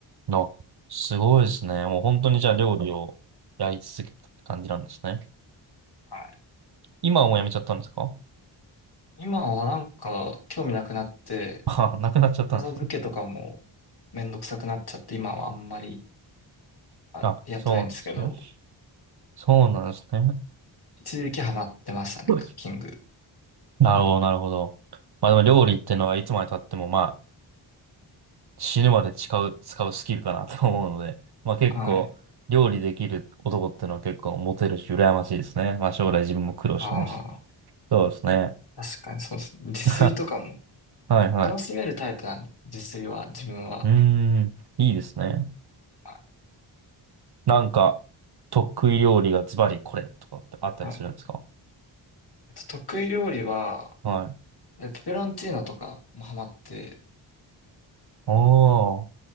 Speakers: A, on the right; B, on the left.
A: な、すごいですね。もう本当にじゃあ料理をやり続けたって感じなんですね。
B: はい。
A: 今はもうやめちゃったんですか
B: 今はなんか、興味なくなって、
A: <laughs> あ、なくなっちゃったんですね。
B: 片付けとかもめんどくさくなっちゃって、今はあんまり、あ、
A: あ、
B: やってないんですけど、
A: そうなんですね。そうなんですね。
B: 一時期ハマってましたね、
A: <laughs>
B: クッキング
A: なるほど、
B: には。
A: なるほど。まあでも料理ってのはいつまで経ってもまあ死ぬまで使う、使うスキルかなと思うので、まあ結構料理できる男ってのは結構モテるし羨ましいですね。
B: はい。
A: まあ将来自分も苦労しないし。
B: ああ、
A: そうですね。
B: 確かにそうですね。自炊とかも
A: <laughs> はいはい。
B: 楽しめるタイプなんで、自炊は、自分は。
A: うーん、いいですね。
B: は
A: なんか得意料理がズバリこれとかってあったりするんですか
B: い。はいえっと、得意料理は、
A: はい。
B: えペペロンチーノとかもハマって
A: おー、